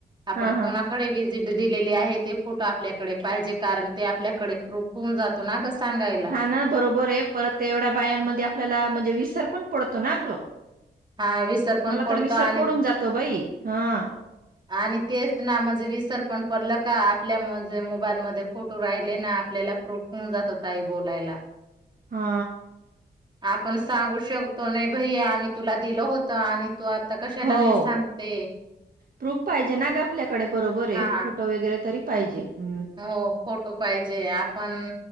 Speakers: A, on the right; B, on the right.
A: आपण
B: हा हा
A: कोणाकडे व्हीजीट दिलेली आहे ते फोटो आपल्याकडे पाहिजे कारण ते आपल्याकडे प्रूफ होऊन जातो ना- सांगायला
B: हा ना बरोबर आहे, परत- तेवढ्या बायांमध्ये आपल्याला म्हणजे विसर पण पडतो ना अग-
A: हा विसर पण
B: मला
A: पडतो
B: तर विसर
A: आणि
B: पडून जातो बाई हा
A: आणि तेच ना म्हणजे विसर पण पडल का आपल्या म्हणजे मोबाईल म फोटो राहिले ना आपल्याला प्रूफ होन जात होताई बोलायला
B: हा
A: आप पण सांगू शकतो नाही भै आम्ही तुला दिल होत आणि तू ता कशाला
B: हो
A: नाही सांगते
B: प्रूफ पाहिजे ना ग आपल्याकडे बरोबर
A: हा
B: आहे फोटो वगैरे तरी पाहिजे हम्म.
A: हो फोटो पाहिजे आपण